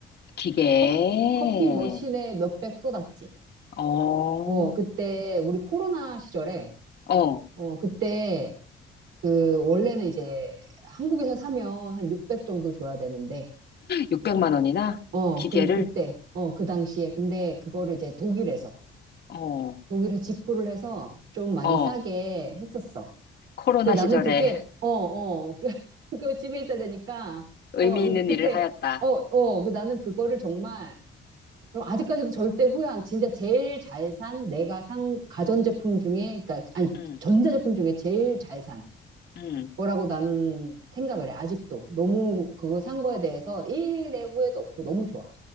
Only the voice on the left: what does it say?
기계,
어,
어,
600만 원이나
기계를,
어,
어,
코로나
시절에
<laughs>
의미
있는
일을 하였다.
음
음,